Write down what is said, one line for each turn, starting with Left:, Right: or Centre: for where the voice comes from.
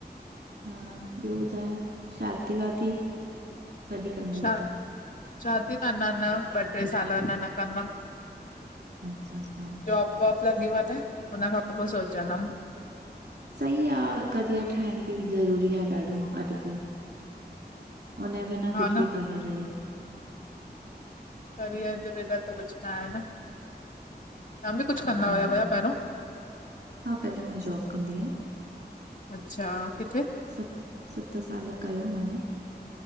Right: हा, ॿियो ॿुधायो शादी -वादी कॾहिं कंदव
Left: छा,
Right: तव्हां
Left: शादी न, अंञा न, ॿ टे साल अंञा न कंदमि।
Right: अच्छा हा।
Left: जॉब वॉब लॻी वंञे, हुन खां पो सोचंदमि।
Right: सही आ, करियर ठाहिण बि ज़रूरी आ ॾाढो अॼुकल्ह। उने बिना
Left: हा
Right: कुझु
Left: न
Right: बि कान ए लाइफ।
Left: करियर जे बग़ैर त कुछु न आहे न, तव्हां बि कुछु कंदा
Right: हा
Left: हुया भया पहिरियों?
Right: हा पहले मां जॉब कंदी हुअमि।
Left: अच्छा! किथे?
Right: सत्त, सत्त साल कयो माने।